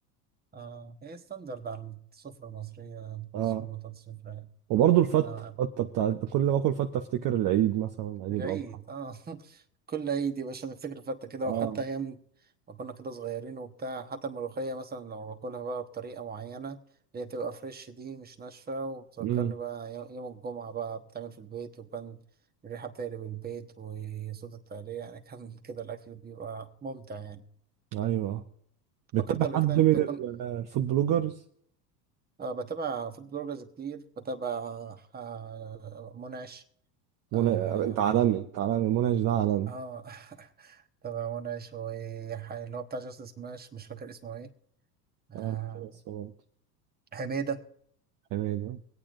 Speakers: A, on the right (about 20°); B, on the right (about 40°).
A: اه هي ستاندرد على السفرة المصرية
B: آه
A: رز وبطاطس وفراخ
B: وبرضه الفتة
A: آه
B: الفتة بتاعت كل ما اكل فتة افتكر العيد مثلا عيد
A: العيد
B: الأضحى
A: اه <laughs> كل عيد يا باشا نفتكر فتة كده
B: اه
A: وحتى أيام ما كنا كده صغيرين وبتاع حتى الملوخية مثلا لو باكلها بقى بطريقة معينة اللي هي بتبقى فريش دي مش ناشفة وبتفكرني
B: امم
A: بقى يو- يوم الجمعة بقى بتعمل في البيت وكان الريحة بتقلب البيت وصوت التقلية يعني <laughs> كان كده الأكل بيبقى ممتع يعني
B: ايوه بتتابع
A: فكرت قبل
B: حد
A: كده إن
B: من
A: أنت يكون
B: ال- الفود بلوجرز
A: آه بتابع فود بلوجرز كتير بتابع آه منعش
B: منى
A: اه
B: انت عالمي انت عالمي منعش ده عالمي
A: اه <laughs> تبع منى شوية اللي هو بتاع جاستس سماش مش فاكر اسمه ايه آه.
B: اه بس برضه.
A: حميدة
B: حميدة